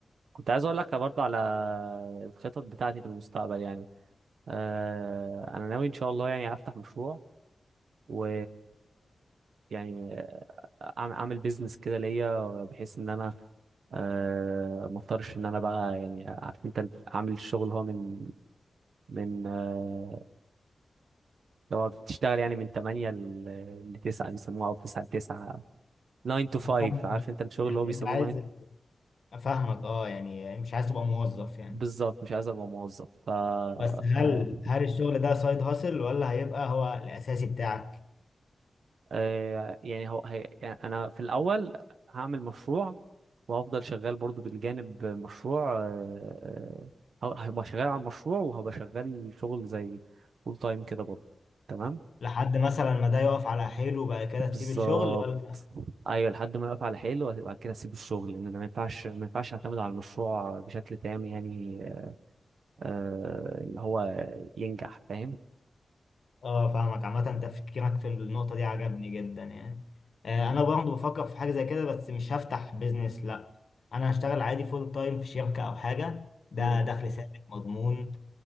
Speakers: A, on the right; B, on the left.
A: كنت عايز اقول لك برضه على الخطط بتاعتي في المستقبل يعني آه، انا ناوي ان شاء الله يعني افتح مشروع و يعني أعم- اعمل بيزنس كده ليا بحيث ان انا آه، ما اضطرش ان انا بقى يعني عارف انت عامل الشغل هو من من آه، لو بتشتغل يعني من 8 ل 9 بيسموها او 9 ل 9 9 to 5
B: أنا فاهمك
A: عارف
B: بس.
A: انت الشغل
B: يعني
A: اللي هو بيسموه
B: انت عايز
A: 9
B: ال- افهمك اه يعني مش عايز تبقى موظف يعني
A: بالظبط مش عايز ابقى موظف ف آه،
B: بس هل هل الشغل ده سايد هاسل ولا هيبقى هو الأساسي بتاعك
A: آه، يعني هو هي يعني انا في الاول هعمل مشروع وهفضل شغال برضو بالجانب مشروع آه، آه، ه- هبقى شغال على المشروع وهبقى شغال شغل زي فول تايم كده برضو تمام
B: لحد مثلا ما ده يقف على حيله وبعد كده
A: بالظبط
B: تسيب الشغل ولا
A: ايوه لحد ما اقف على حيله وبعد كده اسيب الشغل لان أنا ما ينفعش ما ينفعش اعتمد على المشروع بشكل تام يعني آه، اللي هو ينجح فاهم
B: اه فاهمك عامة تفكيرك في النقطة دي عجبني جدا يعني آه
A: م-
B: أنا برضه بفكر في حاجة زي كده بس مش هفتح بيزنس لأ أنا هشتغل عادي فول تايم في شركة أو حاجة ده
A: م.
B: دخل ثابت مضمون